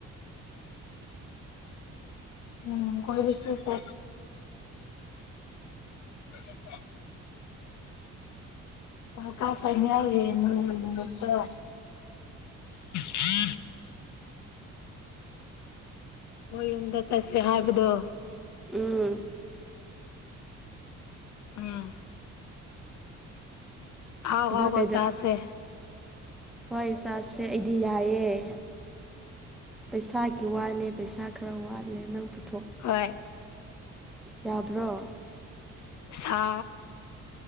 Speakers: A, on the left (about 70°); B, in the centre.
A: ꯎꯝ ꯀꯣꯏꯕꯤꯁ ꯆꯦ <inaudible> ꯍ ꯀ ꯐꯅ ꯌꯥꯔꯒꯦꯠꯇ ꯊ ꯊꯥ ꯃꯣꯏ ꯌꯨꯝꯗ ꯆꯠꯁꯦ ꯍꯥꯏꯕꯗꯣ
B: ꯎꯝ
A: ꯎꯝ ꯍꯥꯎ
B: ꯑꯗꯣ
A: ꯍꯥꯎ
B: ꯀꯩꯗ
A: ꯖꯥꯁꯦ
B: ꯍꯣꯏ ꯆꯁꯦ ꯑꯩꯗꯤ ꯌꯥꯏꯑꯦ ꯄꯩꯁꯥꯒꯤ ꯋꯥꯅꯦ ꯄꯩꯁꯥ ꯈꯔ ꯋꯥꯠꯂꯦ ꯅꯪꯊ
A: ꯍ
B: ꯌꯥꯔꯕꯣ
A: ꯁꯥ